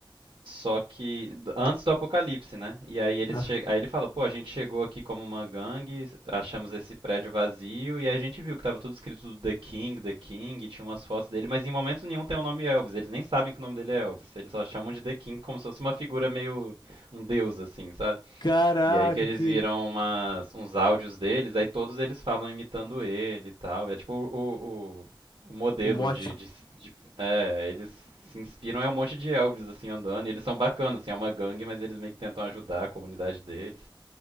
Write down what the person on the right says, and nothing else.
Só que d- antes do apocalipse, né? E aí eles
che... aí ele fala, pô, a gente chegou aqui como uma gangue, achamos esse prédio vazio e aí a gente viu que tava tudo escrito The King, The King, e tinha umas fotos dele, mas em momento nenhum tem o nome Elvis. Eles nem sabem que o nome dele é Elvis. Eles só chamam de The King como se fosse uma figura meio um deus assim, sabe?
E aí que eles
viram umas, uns áudios deles, aí todos eles falam imitando ele e tal. é tipo o, o, o modelo
de, de, de- É, eles se inspiram, é um monte de Elvis assim andando. E eles são bacanas, assim, é uma gangue, mas eles meio que tentam ajudar a comunidade deles.